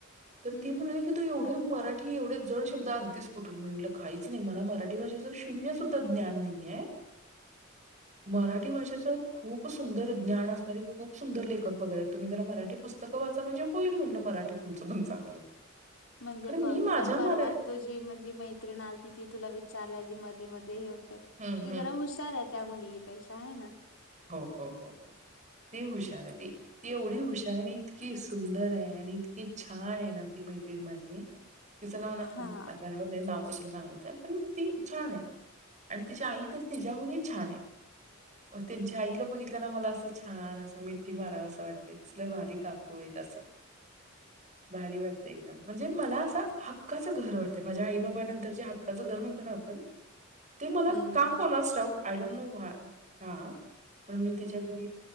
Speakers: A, on the right; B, on the left.
A: तर
B: हं.
A: ती म्हणाली "की एवढे मराठी एवढे जड शब्द आणतीस कुठून. मी म्हणलं काहीच नाही मला मराठी भाषेच शून्य सु त ज्ञान नाही आहे. मराठी भाषेचं खूप सुंदर ज्ञान असणारे खूप सुंदर लेखक वगैरे आहेत. तुम्ही जरा मराठी पुस्तक पुस्तक वाचा म्हणजे होईल म्हणलं मराठी तुमचं पण चांगलं.
B: म्हणजे
A: कारण
B: बघ
A: मी माझ्या
B: च परवा
A: मरा
B: तुझी म्हणजे मैत्रिण आलती ती तुला विचारलेली मध्ये मध्ये हे होते. ती
A: हं, हं.
B: जरा हु शार आहे त्या मुली ही पेक्षा. हाय ना?
A: हो हो हो हो ती हुशार आहे ती. ती एवढी हुशार आणि इतकी सुंदर आहे आणि इतकी छान आहे ना ती म मैत्रीण माझी. तिचं नाव ना
B: हा
A: आता राहुदे नाव कशाला सांगायचं पण ती छान आहे आणि तिची आई तर तिच्या्याहून ही छान आहे.
B: ह <unintelligible>
A: अ, त्यांच्या आईला बघितलं ना मला असं छान असं मिठी मारावं असं वाटतंय, कसल्या भारी काकू आहेत असं. भारी वाटते एकदम म्हणजे मला असं हक्काचं घर वाटतंय माझ्या आई बाबा नंतर जे हक्काचं घर म्हणतो ना आपण ते मला
B: हम्म
A: का कोणा स्टाऊक आय डोंट नो का पण मी त्याच्या
B: हम्म
A: घरी